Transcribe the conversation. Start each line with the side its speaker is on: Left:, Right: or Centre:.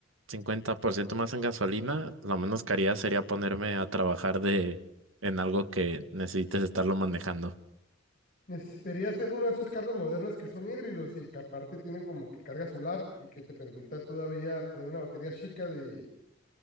Right: 50% más en gasolina, lo menos que haría sería ponerme a trabajar de en algo que necesites estarlo manejando.
Left: Necesitaría ser uno de esos carros modernos que son híbridos y que aparte tienen como que carga solar y que te permita todavía tener una batería chica de